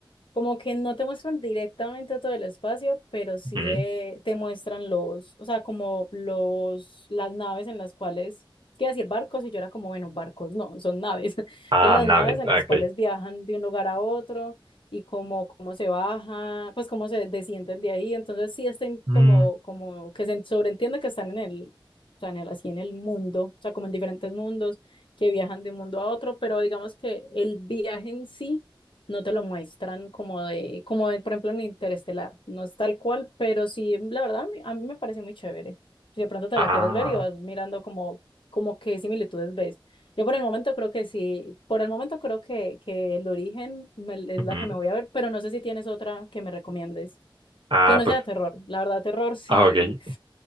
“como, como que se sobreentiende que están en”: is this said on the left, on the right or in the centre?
Left